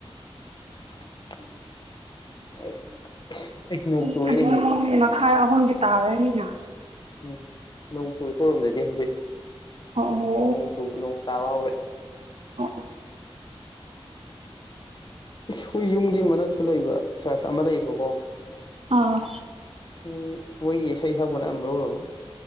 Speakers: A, on the left; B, on the right.
A: <inaudible>
B: <unintelligible>
A: ꯆꯨꯏꯅꯦꯍꯦ
B: ꯑꯅꯤ ꯃꯈꯥꯏ ꯑꯍꯨꯝꯗꯤ ꯇꯥꯔꯅꯤꯅ
A: ꯎꯝ ꯅꯣꯡꯊꯨꯒꯤ ꯈꯣꯏꯔꯨꯝꯗꯗꯤ ꯍꯧꯖꯤꯛ
B: ꯑꯣ
A: ꯅꯣꯡ ꯆꯨꯕꯥ ꯅꯣꯡ ꯇꯥꯕ ꯍꯧꯔꯦ
B: <inaudible>
A: ꯏꯁ ꯑꯩꯈꯣꯏ ꯌꯨꯝꯒꯤ ꯃꯛꯇ ꯂꯩꯕ ꯆꯔꯆ ꯑꯃ ꯂꯩꯕꯀꯣ
B: ꯑꯥ
A: ꯃꯣꯏ ꯃꯣꯏ ꯏꯁꯩ ꯁꯛꯄꯅ ꯑꯃ ꯃꯔꯣꯜ ꯑꯃ